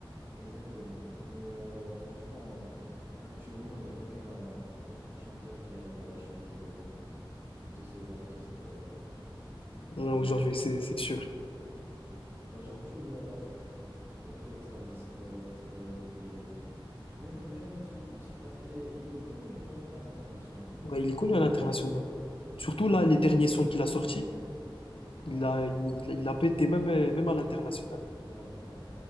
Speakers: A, on the right; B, on the left.
A: Exactement. Mais euh, franchement, actuellement, il n'y a aucun, aucun chanteur qui arrive à la cheville de, de ces artistes euh,
B: Ouais,
A: de
B: Aujourd'hui,
A: l'époque.
B: c'est c'est sûr.
A: Aujourd'hui, il y a, pff, il y a que Travis Scott, Drake, les... même, même Maître Gims, il a fait... il est connu hein, à l'international.
B: Ouais, il est connu à l'international. Surtout là, les derniers sons qu'il a sortis,
A: Ouais,
B: il a, il, a il a pété même, euh, même à l'international.
A: ouais, ouais,